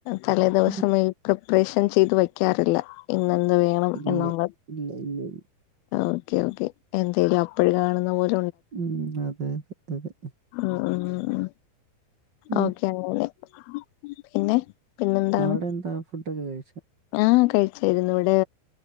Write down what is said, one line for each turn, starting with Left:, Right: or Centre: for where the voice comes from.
Left: തലേ ദിവസം
Right: ഉം.
Left: ഈ പ്രിപ്പറേഷൻ ചെയ്ത് വെക്കാറില്ല ഇന്ന എന്ത് വേണം
Right: ഇല്ല
Left: എന്നണ്ട്
Right: ഇല്ല ഇല്ല
Left: ഓക്കേ ഓക്കെ എന്തേലും അപ്പോഴും കാണുന്ന പോലെ
Right: ഉം അതെ അതെ അതെ.
Left: ഉ ഉ ഉ
Right: ഉം.
Left: ഓക്കെ അെ പിന്നെ പിന്നെ എന്താണ്
Right: അവിടെ എന്താ ഫുഡൊക്കെ കഴിച്ചോ?
Left: ആഹ കഴിച്ചായിരുന്നു ഇവിടെ